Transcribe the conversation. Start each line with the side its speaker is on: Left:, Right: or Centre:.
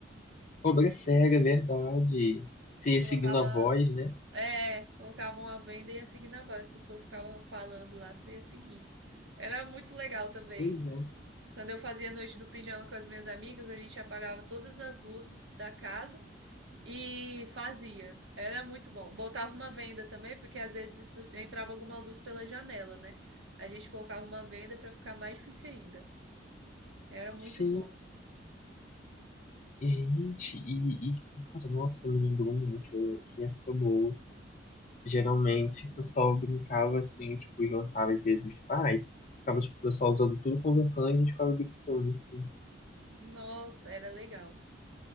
Left: Cobra cega, é verdade. Você ia
Right: Colocava.
Left: seguindo a voz, né?
Right: É, colocavam a venda e ia seguindo a voz. A pessoa ficava falando lá, você ia seguindo. Era muito legal também.
Left: Pois é.
Right: Quando eu fazia noite do pijama com as minhas amigas, a gente apagava todas as luzes da casa e fazia. Era muito bom. Botava uma venda também, porque às vezes entrava alguma luz pela janela, né? A gente colocava uma venda para ficar mais difícil ainda. Era muito
Left: Sim,
Right: bom,
Left: gente. E, e cara, nossa, me lembrou muito que época boa. Geralmente,
Right: muito
Left: o
Right: bom.
Left: pessoal brincava assim, tipo, juntava às vezes os pais. Ficava, tipo, o pessoal usando tudo conversando e a gente ficava brincando, assim.
Right: Nossa, era legal.